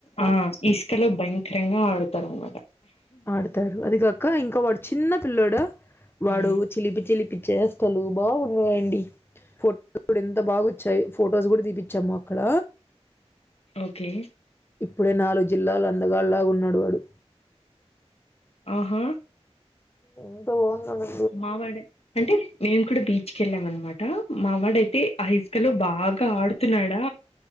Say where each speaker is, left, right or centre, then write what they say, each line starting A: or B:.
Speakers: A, on the left; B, on the left.
A: ఆ ఇసుకలో భయంకరంగా ఆడుతారు అనమాట
B: ఆడతారు అదిగాక ఇంకా వాడు చిన్నపిల్లోడా వాడు
A: హ్మ్
B: చిలిపి చిలిపి చేష్టలు బాగున్నాయండి ఫో ఎంత బాగా వచ్చాయి ఫొటోస్ కూడా తీపిచ్చాము అక్కడ
A: ఓకే
B: ఇప్పుడే నాలుగు జిల్లాల అందగాడు లాగా ఉన్నాడు వాడు
A: ఆహా
B: అంతా బాగున్నాడా
A: మా వాడే అంటే మేము కూడా బీచ్ కి వెళ్ళామనమాట మా వాడు అయితే అస్ క్కలో బాగా ఆడుతున్నాడా